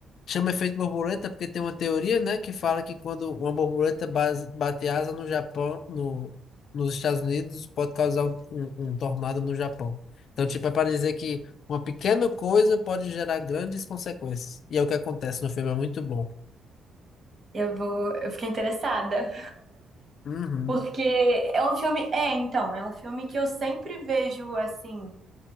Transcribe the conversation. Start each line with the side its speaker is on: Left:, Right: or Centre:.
Left: Chama efeito borboleta porque tem uma teoria, né, que fala que quando uma borboleta base- bate asa no Japão, no, nos Estados Unidos, pode causar um, um- um tornado no Japão. Então, tipo, é para dizer que uma pequena coisa pode gerar grandes consequências. E é o que acontece no filme, é muito bom.
Right: Eu vou, eu fiquei interessada,
Left: Uhum,
Right: porque é um filme, é, então, é um filme que eu sempre vejo assim,